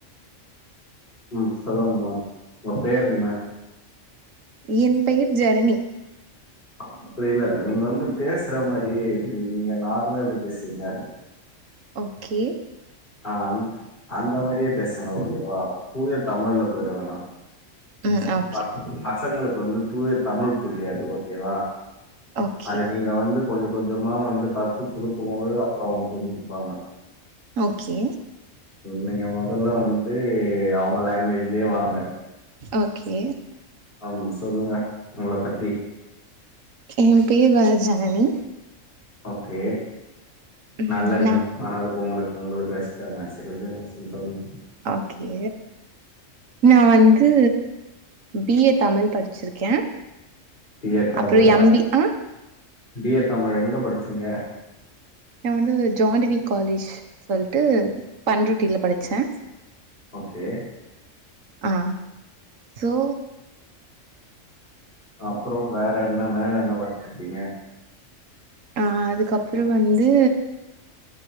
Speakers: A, on the left (about 40°); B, on the right (about 75°).
A: ம் சொல்லுங்கமா உங்க பேர் என்ன
B: என் பெயர் ஜனனி
A: அப்டி எல்லா இல்ல நீங்க வந்து பேசற மாரியே எப்டி நீங்க நார்மலா எப்டி பேசுவிங்க
B: ஓகே
A: ஆ அந் அந்த மாரியே பேசுங்க ஓகே வா தூய தமிழ்ல போயிட வேணா
B: ம் ஓகே
A: அ பசங்களுக்கு வந்து தூய தமிழ் புரியாது ஓகேவா
B: ஓகே
A: அது நீங்க வந்து கொஞ்ச கொஞ்சமா வந்து கத்து குடுக்குபோது அப்பறோ புரிஞ்சுப்பாங்க
B: ஓகே
A: நீங்க மொதல்ல வந்ட்டு அவுங்க லாங்குவேஜ்லயே வாங்க
B: ஓகே
A: அம் சொல்லுங்க உங்கள பத்தி
B: எ பேர் வ ஜனனி
A: ஓகே
B: ம்
A: நல்ல நேம்
B: நா
A: ஆனா அதுக்கு உங்களுக்கு உங்களுக்கு வஷ்டாங்க செரி விடுங்க செரி சொல்லுங்க
B: ஓகே நா வந் து பி ஏ தமிழ் படிச்சிருக்கே
A: பி ஏ தமிழா
B: அப்றோ எம் பி ஆ
A: பி ஏ தமிழ் எங்க படிச்சீங்க
B: நா வந்து ஜான் டூவி காலேஜ் சொல்ட்டு பண்ருட்டில படிச்சே
A: ஓகே
B: ஆ சோ
A: அப்றோ வேற என்ன மேல என்ன படிச்சிருக்கீங்க
B: ஆ அதுக்கப்பறோ வந்து